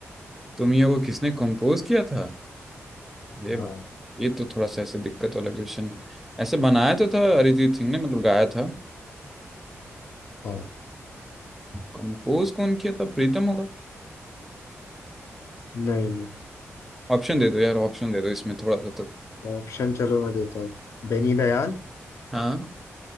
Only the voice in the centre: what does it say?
तुमियों को किसने कंपोज किया था ये
भाई ये तो थोड़ा सा ऐसे दिक्कत वाला क्वेश्चन है। ऐसे बनाया तो था अरिजीत सिंह ने मतलब गाया था
कंपोज कौन किया था प्रीतम होगा
ऑप्शन दे दो यार ऑप्शन दे दो इसमें थोड़ा सा तो
हाँ